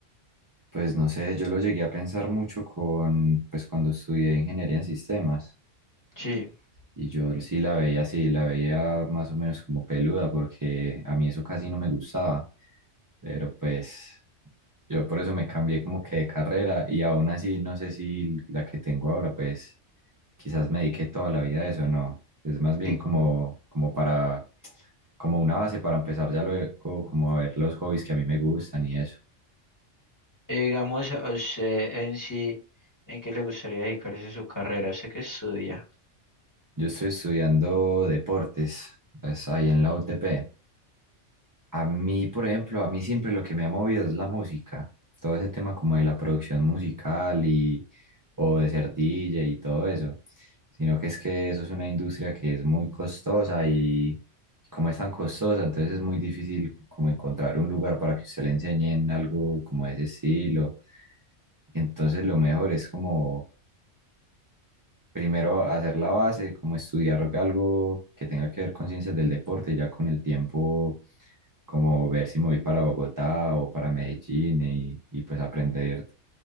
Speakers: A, on the right; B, on the left.
A: Pues no sé, yo lo llegué a pensar mucho con, pues cuando estudié ingeniería en sistemas.
B: Sí.
A: Y yo sí la veía así, la veía más o menos como peluda, porque a mí eso casi no me gustaba. Pero pues yo por eso me cambié como que de carrera y aún así no sé si la que tengo ahora, pues quizás me dediqué toda la vida a eso, no. Es más bien
B: Y
A: como, como para, como una base para empezar ya luego, como a ver los hobbies que a mí me gustan y eso.
B: eh, digamos, a usted en sí, ¿en qué le gustaría dedicarse su carrera? Sé que estudia.
A: Yo estoy estudiando deportes, es ahí en la UTP. A mí, por ejemplo, a mí siempre lo que me ha movido es la música, todo ese tema como de la producción musical y o de ser DJ y todo eso, sino que es que eso es una industria que es muy costosa y como es tan costosa, entonces es muy difícil como encontrar un lugar para que usted le enseñen algo como de ese estilo. Entonces lo mejor es como Primero hacer la base, como estudiar algo que tenga que ver con ciencias del deporte, ya con el tiempo, como ver si me voy para Bogotá o para Medellín y, y pues aprender